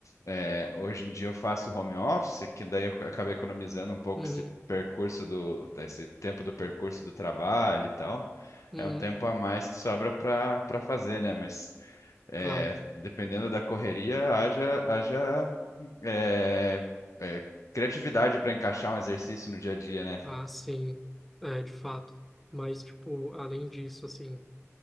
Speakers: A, on the left; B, in the centre.
A: é, hoje em dia eu faço home office, que daí eu acabei economizando um pouco
B: Uhum,
A: esse percurso do, esse tempo do percurso do trabalho e tal.
B: uhum,
A: É um tempo a mais que sobra para para fazer, né? Mas é,
B: claro.
A: dependendo da correria, haja, haja é, é, criatividade para encaixar um exercício no dia a dia, né? cara?
B: Ah, sim. É, de fato. Mas, tipo, além disso, assim,